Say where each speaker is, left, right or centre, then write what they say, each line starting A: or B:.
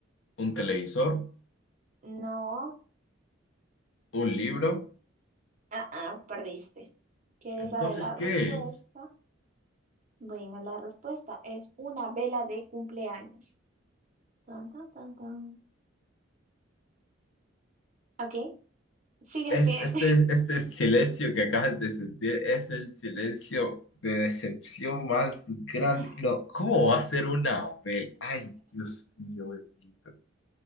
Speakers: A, on the left (about 70°); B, on the right (about 40°).
A: ¿Un televisor?
B: No,
A: ¿Un libro?
B: ah, ah, perdiste. ¿Quieres
A: Entonces,
B: saber la
A: ¿qué
B: respuesta?
A: es?
B: Bueno, la respuesta es una vela de cumpleaños. Tan, tan, tan, tan. Ok, sigues
A: Es
B: bien.
A: este, este silencio que acabas de sentir es el silencio de decepción más grande.
B: <laughs>
A: No, ¿cómo va a ser una Abel? Ay, Dios mío, bendito.